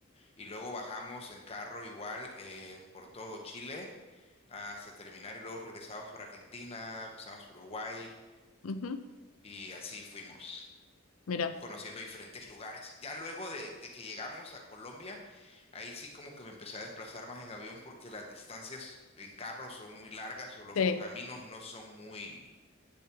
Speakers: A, on the left (about 30°); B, on the left (about 85°).
A: Y luego bajamos en carro igual eh, por todo Chile hasta terminar y luego regresamos por Argentina, pasamos por Uruguay
B: ujú,
A: y así fuimos.
B: Mira.
A: conociendo diferentes lugares. Ya luego de, de que llegamos a Colombia, ahí sí como que me empecé a desplazar más en avión porque las distancias en carro son muy largas o los
B: Sí,
A: ro- caminos no son muy,